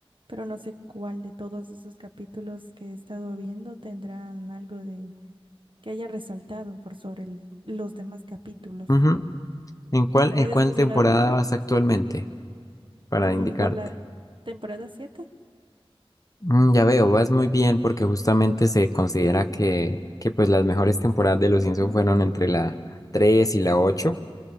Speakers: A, on the right; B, on the left.
A: pero no sé cuál de todos esos capítulos que he estado viendo tendrán algo de que haya resaltado por sobre el- los demás capítulos.
B: Ujú. ¿En cuál,
A: ¿Puedes
B: en cuál
A: mencionarme
B: temporada
A: uno?
B: vas actualmente? Para
A: Mm,
B: indicarte.
A: por la temporada siete
B: Mm, Ya veo, vas muy bien porque justamente se considera que, que pues las mejores temporadas de Los Simpson fueron entre la 3 y la 8.